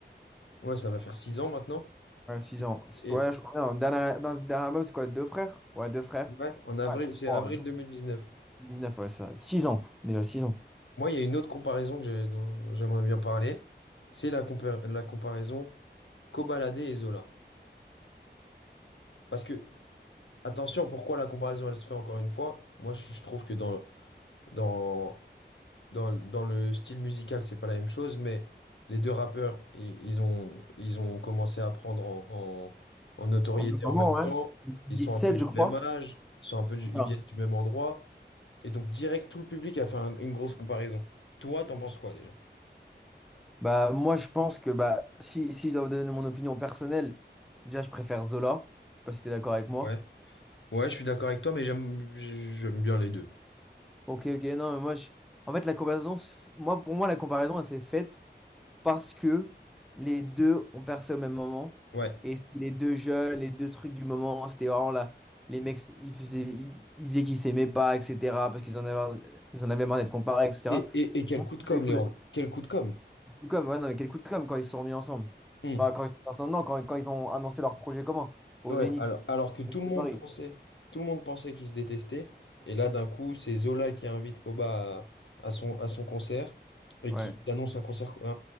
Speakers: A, on the left (about 85°); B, in the centre.
A: Ouais, ça va faire six ans maintenant.
B: ouais, 6
A: Et
B: ans.
A: et-
B: Ouais, je crois bien. Dernier- Dans ce dernier album, c'est quoi? Deux frères? Ouais, deux frères.
A: ouais, en avril,
B: Ouais, c'est-
A: c'est
B: wow,
A: avril 2019.
B: 19, ouais, ça. six ans. Déjà, six ans.
A: Moi, il y a une autre comparaison que j'ai- dont j'aimerais bien parler. C'est la, compa- la comparaison Kobalade et Zola. Parce que, attention, pourquoi la comparaison, elle se fait encore une fois? Moi, je, je trouve que dans, dans, dans, dans le style musical, c'est pas la même chose, mais les deux rappeurs, i- ils, ont, ils ont commencé à prendre en, en, en notoriété
B: Au même moment,
A: en même
B: ouais.
A: temps.
B: dix
A: Ils sont
B: sept
A: un peu du
B: je crois.
A: même âge, ils sont un peu du-
B: C'est
A: ils
B: ça.
A: viennent du même endroit. Et donc, direct, tout le public a fait un- une grosse comparaison. Toi, t'en penses quoi déjà?
B: Bah, moi, je pense que bah, si, si je dois vous donner mon opinion personnelle, déjà, je préfère Zola. Je sais pas si t'es d'accord avec moi.
A: Ouais. Ouais, je suis d'accord avec toi, mais j'aime j'aime bien les deux.
B: Ok, ok, non, mais moi, je... en fait, la comparaison, se f- moi, pour moi, la comparaison, elle s'est faite parce que les deux ont percé au même moment.
A: Ouais.
B: Et c'était les deux jeunes, les deux trucs du moment, c'était vraiment là. Les mecs, ils faisaient, ils, ils disaient qu'ils s'aimaient pas, etc. Parce qu'ils en avaient, ils en avaient marre d'être comparés, etc.
A: Et, et, et quel
B: Pour moi,
A: coup
B: c'est
A: de com',
B: pas du
A: Léandre?
B: tout
A: Quel coup de com'?
B: le coup de com'. Ouais, non, mais quel coup de com' quand ils se sont remis ensemble.
A: Hmm.
B: Enfin, quand ils sont ensemble, non, quand, quand ils ont annoncé leur projet commun au
A: Ouais,
B: Zénith
A: alors, alors que tout le
B: de
A: monde
B: Paris.
A: pensait, tout le monde pensait qu'ils se détestaient. Et là, d'un coup, c'est Zola qui invite Koba à, à son, à son concert et
B: Ouais.
A: qui annonce un concert, un,